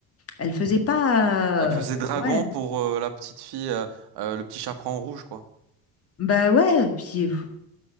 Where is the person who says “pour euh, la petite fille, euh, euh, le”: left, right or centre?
Right